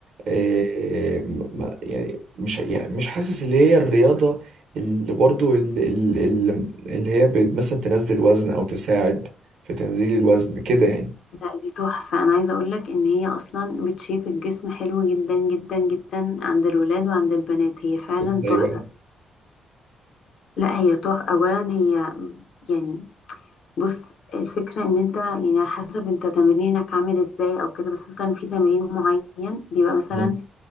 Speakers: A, on the right (about 70°); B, on the left (about 65°).
A: آه، ما- يعني مش يعني مش حاسس اللي هي الرياضه اللي برضو ال- ال- ال- اللي هي ب- مثلا تنزل وزن او تساعد في تنزيل الوزن كده يعني
B: لا دي تحفة أنا عايزة أقولك إن هي أصلا بتشيب الجسم حلو جدا جدا جدا عند الولاد وعند البنات هي فعلا
A: ازاي
B: تحفة
A: بقى
B: لا هي تحفة أولا هي يعني بص الفكرة إن أنت يعني على حسب أنت تمرينك عامل إزاي أو كده بس مثلا في تمرين معين بيبقى مثلا
A: مم.